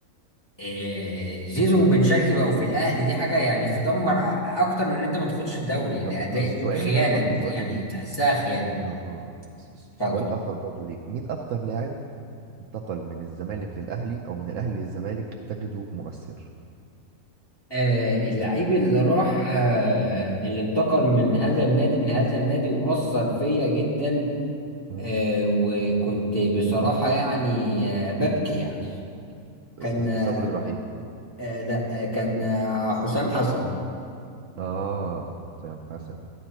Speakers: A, on the left; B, on the right.
A: إيه... زيزو وبن شرقي بقوا في الاهلي دي حاجه يعني تدمر أ- اكتر من ان انت ما تاخدش الدوري
B: طب
A: ده
B: آه،
A: اداء
B: سؤالي
A: خيانه
B: بقى برضو سؤالي
A: يعني
B: ليك
A: تحسها خيانه
B: اه اه س- س-
A: اتفضل
B: سؤال اخر برضو ليك مين اكتر لاعب انتقل من الزمالك للاهلي او من الاهلي للزمالك تجده مؤثر
A: آه اللعيب اللي راح آه اللي انتقل من هذا النادي لهذا النادي وأثر فيا جدا
B: مم.
A: آه، وكنت بصراحة يعني آه، ببكي يعني كان
B: ص- ص-
A: آه،
B: صبري رحيل
A: لا آه، كان آه، حسام حسن
B: اه سام حسن